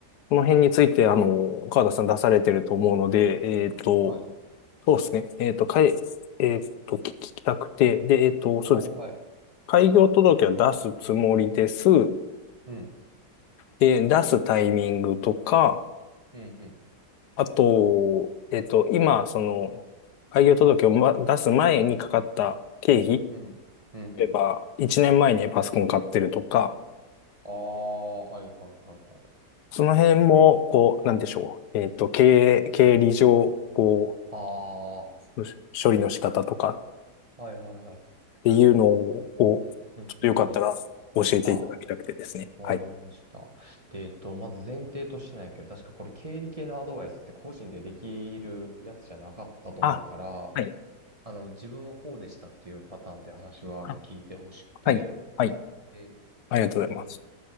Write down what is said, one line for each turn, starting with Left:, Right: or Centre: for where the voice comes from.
Left: この辺について、あの、川田さん出されてると思うので、えっと、
Right: はい。
Left: そうですね。えっと、かい、えっと、聞きたくて、で、えっと、そうです。
Right: ああ、はい。
Left: 開業届は出すつもりです。
Right: うん。
Left: で、出すタイミングとか、
Right: うんうん。
Left: あと、えっと、今、その、開業届を、ま、出す前にかかった経費、
Right: うん。うんうん。
Left: 例えば、1年前にパソコン買ってるとか、
Right: ああ、はいはいはいはい。
Left: その辺も、こう、なんでしょう。えっと、経営、経理上、こ
Right: ああ、は
Left: う、処理の仕方とかっ
Right: いはいはい。
Left: ていうのを、こうちょっとよかったら教えていただきたくてですね。
Right: うんうんうん。あ、わかりました。
Left: はい。
Right: で、えっと、まず前提としてないけど、確かこれ経理系のアドバイスって個人でできるやつじゃなかったと思うから、
Left: あ、はい。
Right: あの、自分はこうでしたっていうパターンで話は聞いてほしくて、
Left: あはい。はい。
Right: え
Left: ありがとうございます。
Right: えー、